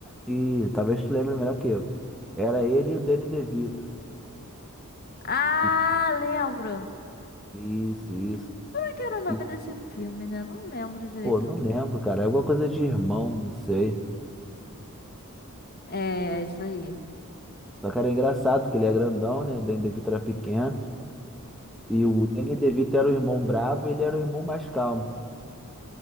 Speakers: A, in the centre; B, on the left.
A: E talvez tu lembre melhor que eu. Era ele e o Danny DeVito.
B: Ah,
A: Que-
B: lembro.
A: Isso, isso.
B: que era o nome
A: E,
B: desse filme, né? Não lembro direito,
A: pô, não
B: não.
A: lembro, cara. É alguma coisa de irmão, não sei.
B: É, é isso aí.
A: Só que era engraçado, porque ele é grandão, né? O Danny DeVito era pequeno. E o Danny DeVito era o irmão brabo e ele era o irmão mais calmo.